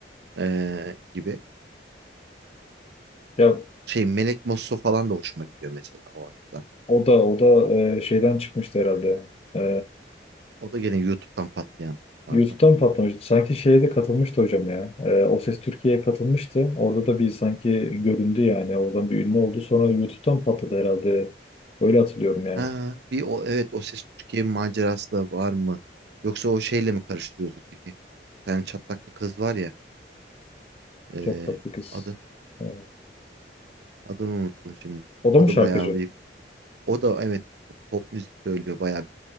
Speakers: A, on the right; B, on the left.
A: ee, gibi.
B: Ya
A: Şey Melek Mosso falan da hoşuma gidiyor mesela o açıdan.
B: o da o da e, şeyden çıkmıştı herhalde. Ee,
A: O da gene YouTube'dan patlayanlardan.
B: YouTube'da mı patlamıştı? Sanki şeye de katılmıştı hocam ya. Ee, O Ses Türkiye'ye katılmıştı. Orada da bir sanki göründü yani. Oradan bir ünlü oldu. Sonra YouTube'dan patladı herhalde. Öyle hatırlıyorum yani.
A: Ha, bir o evet O Ses Türkiye macerası da var mı? Yoksa o şeyle mi karıştırıyoruz öteki? Yani çatlak bir kız var ya. ee,
B: Çok tatlı kız.
A: adı
B: Ee,
A: adını unuttum şimdi.
B: O da
A: O
B: mı
A: da
B: şarkıcı?
A: bayağı bir o da evet pop müzik söylüyor bayağı